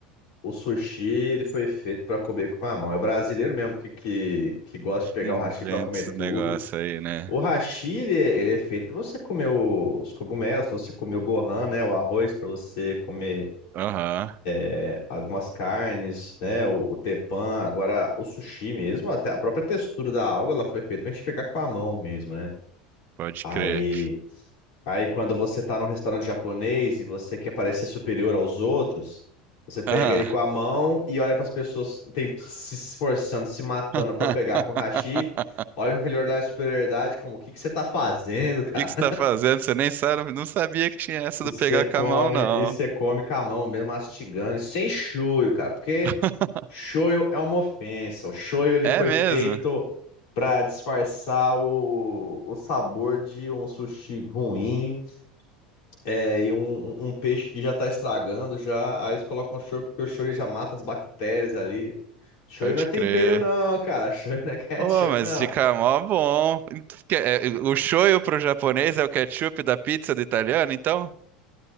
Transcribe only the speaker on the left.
o sushi, ele foi feito pra comer com a mão. É o brasileiro mesmo que, que, que gosta de pegar
o hashi pra comer
tudo.
O hashi, ele, ele é feito pra você comer o- os cogumelos, pra você comer o gohan, né? O arroz, pra você comer
é, algumas carnes, né? O, o tepan, agora o sushi mesmo, até a própria textura da alga, ela foi feita pra gente pegar com a mão mesmo, né?
Aí,
aí quando você tá num restaurante japonês e você quer parecer superior aos outros, você pega
ele com a mão e olha pras pessoas tem, se esforçando, se matando
pra pegar com o hashi,
olha com aquele olhar de superioridade, como o que que você tá fazendo, <laughs> cara?
E
você
come,
e você come com a mão mesmo, mastigando, e sem shoyu, cara, porque
shoyu é uma ofensa. O shoyu ele
foi
feito pra disfarçar o, o sabor de um sushi ruim é, e um, um- um peixe que já tá estragando, já. Aí eles colocam shoyu porque o shoyu ele já mata as bactérias ali. Shoyu
não é tempero
não, cara. <laughs> Shoyu não é ketchup
não.